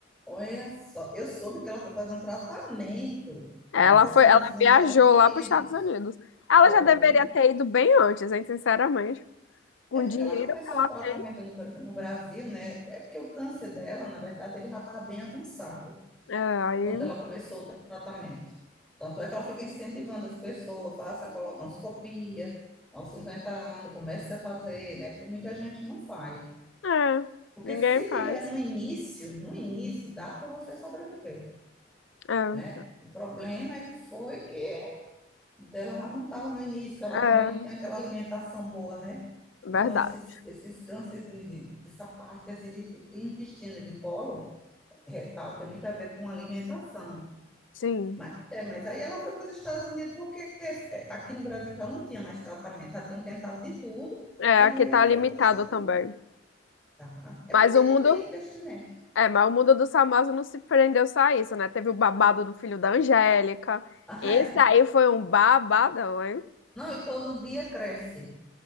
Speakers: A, in the centre; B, on the left.
A: Olha só, eu soube que ela foi fazer um tratamento
B: Ela
A: contra
B: foi,
A: o câncer
B: ela
A: nos
B: viajou
A: Estados Unidos.
B: lá para os Estados Unidos. Ela
A: Foi.
B: já deveria ter ido bem antes, hein, sinceramente. Com
A: É porque
B: o dinheiro
A: ela começou
B: que ela
A: o tratamento
B: tem,
A: no, Bra- no Brasil, né? É porque o câncer dela, na verdade, ele já estava bem avançado
B: é, aí,
A: quando ela começou o tra- tratamento. Tanto é que ela fica incentivando as pessoas, faça colonoscopia aos 50 anos, comece a fazer, né? Porque muita gente não faz.
B: é,
A: Porque
B: ninguém
A: se
B: faz.
A: tiver no início, no início, dá para você sobreviver,
B: É,
A: né? O problema é que foi que dela já não estava no início, ela
B: é,
A: também não tinha aquela alimentação boa, né?
B: verdade.
A: Então, esses, esses cânceres de, de- dessa parte assim, de, de intestino, de colo retal, tem muito a ver com alimentação.
B: Sim.
A: Mas, é, mas aí ela foi para os Estados Unidos porque é, aqui no Brasil já não tinha mais tratamento, já tinham tentado de tudo,
B: É,
A: e aí
B: aqui tá
A: ela foi
B: limitado
A: para os Estados
B: também.
A: Unidos. Tá? É
B: Mas
A: porque
B: o mundo,
A: não tem investimento.
B: é, mas o mundo do famosos não se prendeu só a isso, né? Teve o babado do filho da Angélica.
A: <laughs> Ai,
B: Esse aí foi um babadão, hein?
A: não, e todo dia cresce.